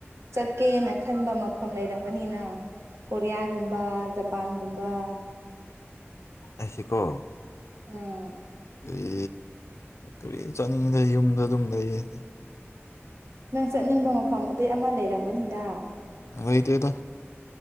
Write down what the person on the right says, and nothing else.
ꯆꯠꯀꯦꯅ ꯈꯟꯕ ꯃꯐꯝ ꯂꯩꯔꯝꯒꯅꯤꯅ ꯀꯣꯔꯤꯌꯥꯒꯨꯝꯕ ꯖꯄꯥꯟꯒꯨꯝꯕ
ꯑ
ꯅꯪ ꯆꯠꯅꯤꯡꯕ ꯃꯐꯝ ꯗꯤ ꯑꯃ ꯂꯩꯔꯝꯒꯅꯤꯗ